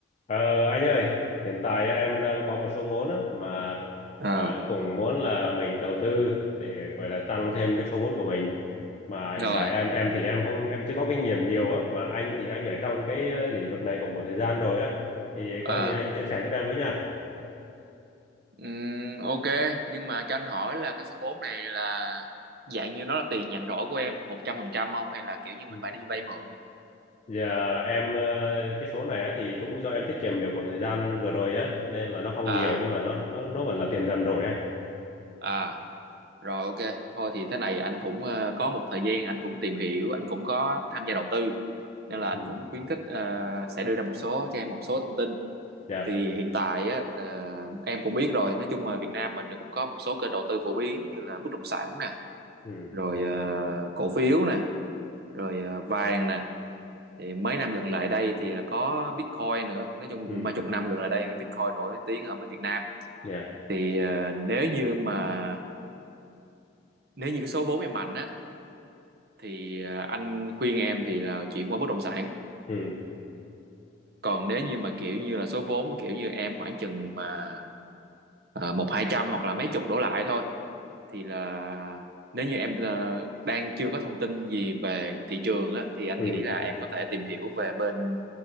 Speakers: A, on the left; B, on the right.
A: Ờ, anh ơi, hiện tại á, em đang có một số vốn á, mà
B: à
A: ờ, cũng muốn là mình đầu tư để gọi là tăng thêm cái số vốn của mình. Mà
B: Rồi,
A: hiện tại em em thì em không em chưa có kinh nghiệm nhiều á, mà anh thì anh ở trong cái ờ, lĩnh vực này cũng một thời gian rồi á, thì
B: à,
A: có gì anh chia sẻ giúp em với nha.
B: ừm, ok, nhưng mà cho anh hỏi là cái số vốn này là dạng như nó là tiền nhàn rỗi của em 100% không hay là kiểu như mình
A: Ừ.
B: phải đi vay mượn?
A: Giờ em ờ, cái số này á, thì cũng do em tiết kiệm được một thời gian vừa rồi á, cho nên là nó không
B: À,
A: nhiều nhưng mà nó nó nó vẫn là tiền dần rồi anh.
B: à, rồi ok, thôi thì thế này anh cũng ờ, có một thời gian anh cũng tìm hiểu, anh cũng có tham gia đầu tư nên là anh
A: Ừ.
B: cũng khuyến khích ờ, sẽ đưa ra một số cho em một số thông tin.
A: Dạ,
B: Thì hiện tại á ờ, em cũng biết rồi, nói chung là Việt Nam mình cũng có một số kênh đầu tư phổ biến như là bất động sản nè,
A: ừ,
B: rồi ờ, cổ phiếu nè rồi à, vàng nè thì mấy năm gần lại đây thì là có Bitcoin nữa nói chung
A: ừ,
B: cũng mấy chục năm gần lại đây thì Bitcoin nổi tiếng ở bên Việt Nam
A: dạ,
B: thì à, nếu như mà nếu như cái số vốn em mạnh á thì à, anh khuyên em thì là chuyển qua bất động sản
A: ừ,
B: còn nếu như mà kiểu như là số vốn mà kiểu như em khoảng chừng mà à, một hai trăm hoặc là mấy chục đổ lại thôi thì là nếu như em à, đang chưa có thông tin gì về thị trường á thì anh
A: ừ,
B: nghĩ là em có thể tìm hiểu về bên